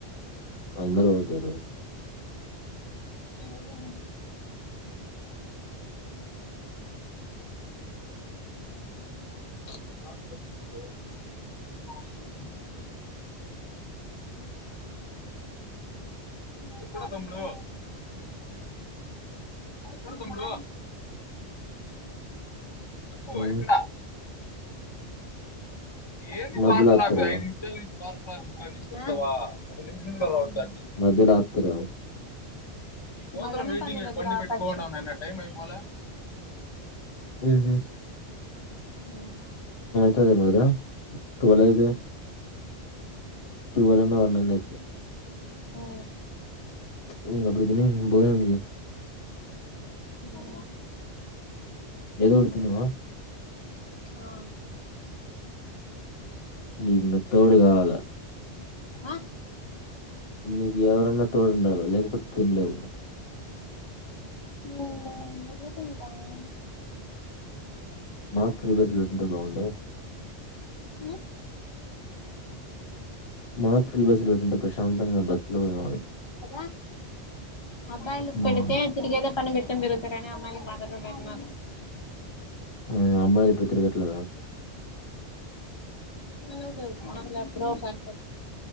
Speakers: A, on the left (about 60°); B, on the left (about 35°).
A: అందరు వెళ్తార <inaudible>
B: ఆ
A: <unintelligible>
B: <inaudible> <inaudible> ఎక్కడ తమ్ముడూ ఎక్కడ తమ్ముడూ చెప్పూ
A: హ్మ్
B: ఎక్కడ ఏది
A: మధ్యలో
B: పార్సల
A: ఆపుతారా
B: ఐదు నిమిషలు నుంచి పార్ ఆఫీస్ కాడ్నుంచి వస్తవా ఒక నిమిషం లో రవచ్చు ఆడ నుంచ్
A: మద్దిలో ఆప్తరా
B: ని కోసం వెయిటింగ్ బండి పెట్కోన్న టైం అయిపోలే
A: ఉ ఉ
B: <inaudible>
A: తరు ఏమో గదా ట్వెల్వ్ ఐదే టువల్ అన్న వన్ అన్న అయి
B: ఆ
A: ఉమ్ అప్పుడు తినయ్ భోజనం చేయ్
B: ఆ
A: ఏదో ఒటి తినూ అ
B: ఆ
A: నీకు ని తోడు కావాల
B: ఆహ్
A: నీకు ఎవరన్న తోడు ఉండాలా లేక్పోతే తిన్లేవ్
B: ఉమ్ ఎట్ల తింటా నే
A: మాక్ ఫ్రీబస్సుల్ పెట్టుంటే బాగుండు
B: ఉ
A: మాకు ఫ్రీ బస్సు లో పెటింటే ప్రశాంతంగ బస్సు లో పోయవాలం
B: అ అబ్బాయిలకు
A: హ్మ్
B: పెడితే తిర్గేద పని పెట్టని తిరుగుతారని అమ్మాయిలకి మత్రమేపెట్టినరు
A: అ అమ్మాయిలు ఇప్పుడు తరుగట్లేర
B: <unintelligible> ఎప్పుడోసరి